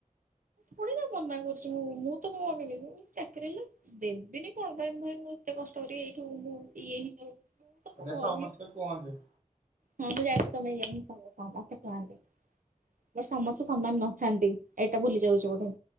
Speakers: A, on the right (about 80°); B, on the right (about 65°).
A: ଥୋଡ଼ି ନା ମନା କରୁଛି ମୁଁ, ମୁଁ ତ ମମି କୁ ଚାକିରି ହେଲେ ଦେବିନି କଣ ପାଇଁ ମୁ ଭାଇ ମୁଁ ଏତେ କଷ୍ଟ କରି ଏଇଠୁ ମୁଁ ଇଏ ହିଁ ମୁଁ ତ ମୋ
B: ଏରା
A: ଘରୁ
B: ସମସ୍ତେ
A: ହିଁ
B: କୁହନ୍ତି।
A: ହଁ ମୁଁ ବି ଜାଣିଛି ତମେ ବି ଏୟା ହିଁ କହିବ ସମସ୍ତେ କୁହନ୍ତି। ହେଲେ ସମସ୍ତେ ସମାନ ନଥାନ୍ତି ଏଇଟା ଭୁଲି ଯାଉଛ ବୋଧେ।